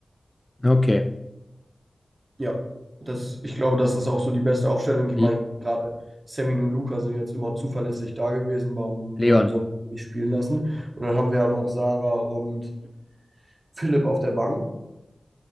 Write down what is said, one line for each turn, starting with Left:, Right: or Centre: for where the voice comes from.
Left: Okay.
Right: Ja, das, ich glaube, das ist auch so die beste Aufstellung. Ich
Left: Le-
Right: meine, gerade Semin und Luca sind jetzt immer zuverlässig da gewesen. Warum,
Left: Leon.
Right: warum soll man die nicht spielen lassen? Und dann haben wir ja noch Sarah und Philipp auf der Bank.